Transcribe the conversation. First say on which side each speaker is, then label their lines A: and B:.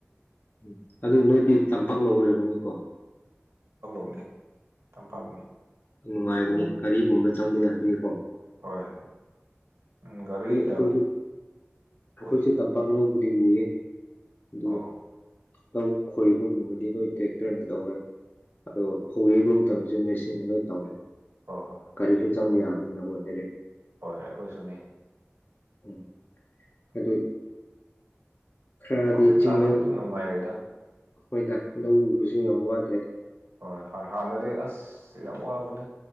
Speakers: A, on the left; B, on the right.
A: ꯎꯝ ꯑꯗꯨ ꯅꯣꯏꯗꯤ ꯇꯝꯄꯥꯛꯅ ꯑꯣꯏꯔꯕꯅꯤꯀꯣ
B: ꯅꯦ ꯇꯝꯄꯥꯛꯅꯦ
A: ꯅꯨꯡꯉꯥꯏꯒꯅꯤ ꯀꯔꯤꯒꯨꯝꯕ ꯆꯪꯕ ꯌꯥꯕꯤꯒꯦꯀꯣ
B: ꯍꯣꯏ ꯎꯝ ꯒꯥꯔꯤꯗ
A: ꯑꯩꯈꯣꯏ ꯑꯩꯈꯣꯏꯁꯦ
B: ꯈꯣꯏꯌꯦ
A: ꯇꯝꯄꯥꯛ ꯂꯧ ꯕꯨꯗꯤ ꯎꯌꯦ ꯑꯗꯨ
B: ꯑꯣ
A: ꯂꯧ ꯈꯣꯏꯕꯒꯨꯝꯕꯗꯤ ꯂꯣꯏ ꯇ꯭ꯔꯦꯛꯇꯔꯅ ꯇꯧꯔꯦ ꯑꯗꯣ ꯐꯧ ꯌꯩꯕ ꯃꯇꯝꯗꯁꯨ ꯃꯦꯆꯤꯟꯗ ꯂꯣꯏ ꯇꯧꯔꯦ
B: ꯍꯣꯏ ꯍꯣꯏ
A: ꯒꯥꯔꯤꯁꯨ ꯆꯪꯕ ꯌꯥꯕꯅꯤꯅꯀꯣ ꯗꯥꯢꯔꯦꯛ
B: ꯍꯣꯏ ꯑꯩꯈꯣꯏꯁꯨꯅꯤ
A: ꯎꯝ ꯑꯗꯨ ꯈꯔꯗꯤ
B: ꯎꯝ ꯍꯧꯖꯤꯛꯀꯥꯟꯗꯤ
A: ꯆꯤꯡꯂꯧ
B: ꯑꯗꯨꯝ ꯅꯨꯡꯉꯥꯏꯔꯦꯗ
A: ꯍꯣꯏꯗ ꯂꯧ ꯎꯕꯁꯨ ꯌꯥꯝ ꯋꯥꯗ꯭ꯔꯦꯗ
B: ꯍꯣꯏ ꯍꯥꯟꯅꯗꯤ ꯑꯁ ꯌꯥꯝ ꯋꯥꯕꯅꯦ